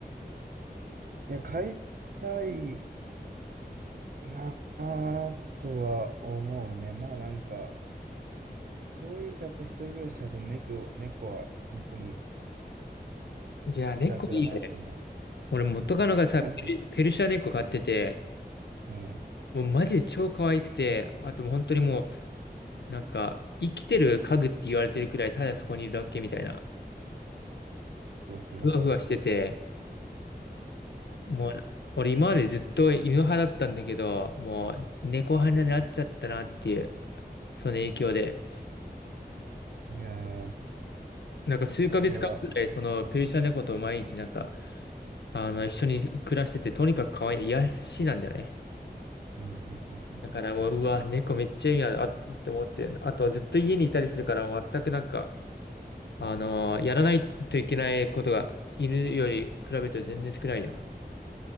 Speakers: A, on the right; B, on the left.
A: いや、買いたいなぁとは思うね。まあなんか、そういうとやっぱ一人暮らしだと猫を、猫は本当に
B: じゃあ、猫いいよね。
A: 楽だなと思
B: 俺元カノがさ、
A: う。そうなって、
B: ペル、ペルシャ猫飼ってて、
A: うん。
B: もうマジで超可愛くて、あともう本当にも
A: うん
B: う、なんか、生きてる家具って言われてるくらい、ただそこにいるだけみたいな、
A: そうそう、
B: ふわふわしてて、
A: だから、そ
B: もう、俺今までずっと犬派だったんだけど、もう猫派になっちゃったなっていう、その影響で、
A: う。いやー、
B: なんか数ヶ月間くらい、
A: それは、
B: そのペルシャ猫と毎日なんか、あの、一緒に暮らしてて、とにかく可愛い、癒やしなんだよね。
A: うんうんう
B: だからもう、
A: ん
B: うわ、猫めっちゃいいな、あ、って思って、あとずっと家にいたりするから、全くなんか、あのーやらないといけないことが犬より比べて全然少ないよ。